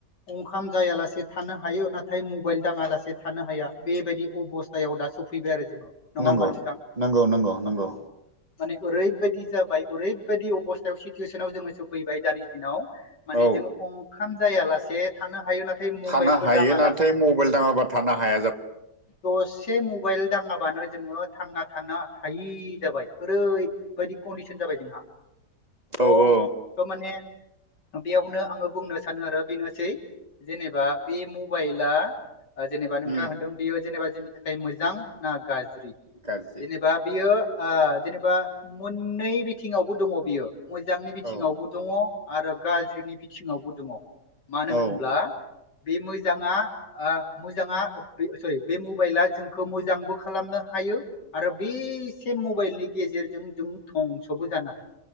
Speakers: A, on the left; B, on the right.
A: ओंखाम जायालासे थानो हायो नाथाय मबाइल दाङालासे थानो हाया बेबायदि अबस्थायाव दा सिफैबाय आरो जोङो। नङा
B: नंगौ
A: होमबा नोंथां
B: नंगौ नंगौ नंगौ।
A: माने ओरैबायदि जाबाय ओरैबायदि अबस्थायाव सिटुवेसनाव जोङो सोफैबाय दानि दिनाव माने
B: औ
A: जेबो खाम खाम जायालासे। जे थानो हायो नाथाय मबाइलखौ
B: थानो हायो
A: दाङा
B: नाथाय
A: लासे
B: मबाइल दाङाबा थानो हाया जाब
A: दसे एसे मबाइल दाङाबानो जोङो थांना थानो हायि जाबाय ओरै बायदि कन्दिसन जाबाय जोंहा स'
B: औ औ
A: स' माने बेयावनो आङो बुंनो सानो आरो बेनोसै। जेनेबा बे मबाइला। ओ जेनेबा नोंथाङा
B: उम
A: होनदों बेयो जेनेबा जोंनि थाखाय मोजां ना गाज्रि
B: गाज्रि
A: जेनेबा बियो। ओ जेनेबा मोननै बिथिङावबो दङ बियो मोजांनि बिथिङावबो
B: औ
A: दङ आरो गाज्रिनि बिथिङावबो दङ मानो
B: औ
A: होनब्ला बे मोजाङा आ मोजाङा बे सरि बे मबाइला जोंखौ मोजांबो खालामनो हायो आरो बेसे के मबाइलनि गेजेरजों जों धंसबो जानो हायो